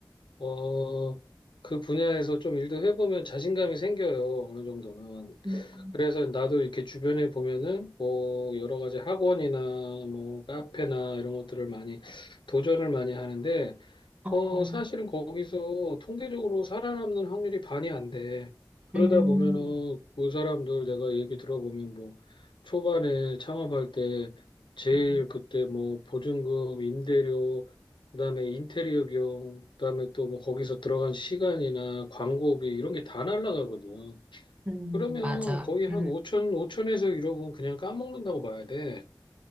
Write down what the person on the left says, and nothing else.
어, 그 분야에서 좀 일도 해보면 자신감이 생겨요. 어느 정도는.
그래서 나도 이렇게 주변에 보면은 뭐 여러 가지 학원이나 뭐 카페나 이런 것들을 많이 도전을 많이 하는데
어 사실은 거기서 통계적으로 살아남는 확률이 반이 안 돼. 그러다
보면은 그 사람들 내가 얘기 들어보면 뭐 초반에 창업할 때 제일
그때 뭐 보증금, 임대료, 그다음에 인테리어 비용, 그다음에 또 뭐 거기서 들어간 시간이나 광고비 이런 게 다 날라가거든.
그러면
거의 한
5천, 5천에서 1억은 그냥 까먹는다고 봐야 돼.